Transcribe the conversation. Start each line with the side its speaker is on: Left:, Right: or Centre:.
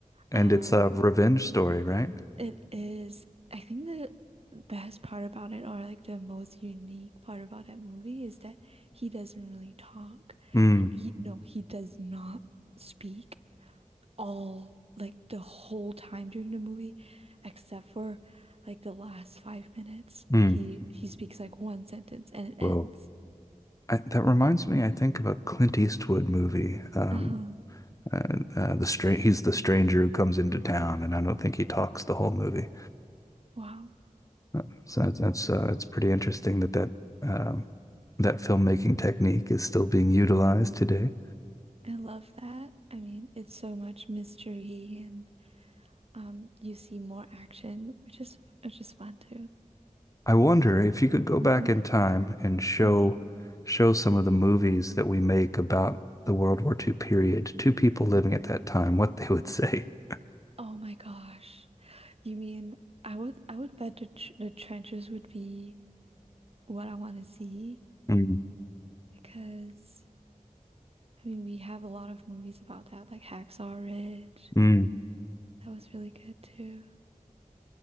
Left: And
Right: um
Left: it's a revenge story, right?
Right: it is I think the best part about it or like the most unique part about that movie is that he doesn't really talk.
Left: Mm.
Right: He, no, he does not speak all like the whole time during the movie except for like the last five minutes.
Left: Mm.
Right: He he speaks like one sentence and it
Left: Whoa.
Right: ends.
Left: I, that reminds me, I think of a Clint Eastwood movie. Um,
Right: Uh-huh.
Left: uh, uh, the stra he's the stranger who comes into town, and I don't think he talks the whole movie.
Right: Wow.
Left: Uh, So that's that's uh, it's pretty interesting that that um, that filmmaking technique is still being utilized today.
Right: I love that. I mean, it's so much mystery and um you see more action, which is which is fun too.
Left: I wonder if you could go
Right: hmm
Left: back in time and show
Right: Okay.
Left: show some of the movies that we make about the World War II period to people living at that time, what they would say. <laughs>
Right: Oh my gosh. You mean I would I would bet the tr the trenches would be what I want to see
Left: Mm,
Right: because I mean we have a lot of movies about that, like Hacksaw Ridge.
Left: mm.
Right: That was really good too.